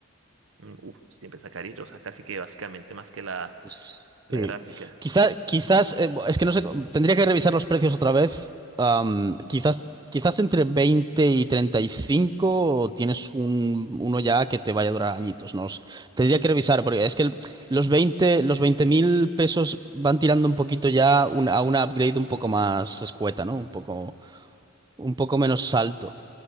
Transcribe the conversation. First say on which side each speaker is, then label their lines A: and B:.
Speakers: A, on the right; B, on the right.
A: Mm, Uf, siempre está carito. O sea, casi que básicamente más que la,
B: Sí.
A: la gráfica.
B: Quizá- quizás, eh, es que no sé, tendría que revisar los precios otra vez. Am, quizás, quizás entre 20 y 35 tienes un, uno ya que te vaya a durar añitos, no lo sé. Tendría que revisar, porque es que el- los veinte, los veinte mil pesos van tirando un poquito ya un- a una upgrade un poco más escueta, ¿no? Un poco. un poco menos alto,